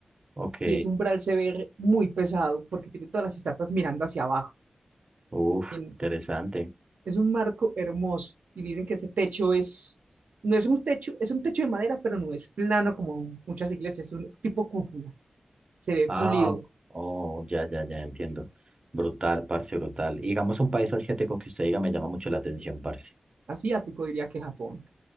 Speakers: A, on the right (about 35°); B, on the right (about 85°).
A: Ok,
B: Y ese umbral se ve muy pesado porque tiene todas las estatuas mirando hacia abajo.
A: uf,
B: Tien-
A: interesante.
B: es un marco hermoso. Y dicen que ese techo es, no es un techo, es un techo de madera, pero no es plano como muchas iglesias, es un tipo cúpula. Se ve
A: Ah,
B: pulido.
A: oh, ya, ya, ya entiendo. Brutal, parce, brutal. Y digamos, un país asiático que usted diga me llama mucho la atención, parce.
B: Asiático diría que Japón.